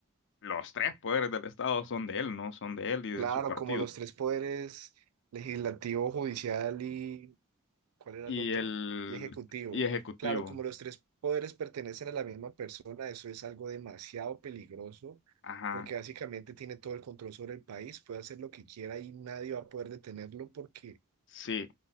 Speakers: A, on the left; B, on the right.
A: los tres poderes del Estado son de él, ¿no? Son de él y de
B: Claro,
A: su partido.
B: como los tres poderes, legislativo, judicial y ¿cuál era
A: Y
B: el otro?
A: el
B: Y ejecutivo.
A: y ejecutivo.
B: Claro, como los tres poderes pertenecen a la misma persona, eso es algo demasiado peligroso
A: Ajá.
B: porque básicamente tiene todo el control sobre el país, puede hacer lo que quiera y nadie va a poder detenerlo porque
A: Sí,